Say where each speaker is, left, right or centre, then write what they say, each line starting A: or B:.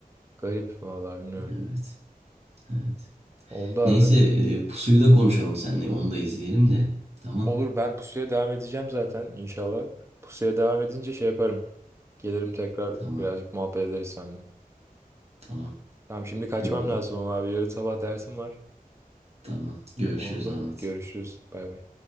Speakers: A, on the right (about 15°); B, on the right (about 45°).
A: Garip vallahi bilmiyorum.
B: Evet. Evet.
A: Oldu abi.
B: Neyse e, Pusu'yu da konuşalım seninle. Onu da izleyelim de. Tamam.
A: Olur ben pusuya devam edeceğim zaten inşallah. Pusuya devam edince şey yaparım. Gelirim tekrar
B: Tamam.
A: birazcık muhabbet ederiz seninle.
B: Tamam.
A: Tamam şimdi kaçmam
B: Oldu.
A: lazım ama abi yarın sabah dersim var.
B: Tamam. Görüşürüz
A: Oldu.
B: Ahmet.
A: Görüşürüz. Bay bay.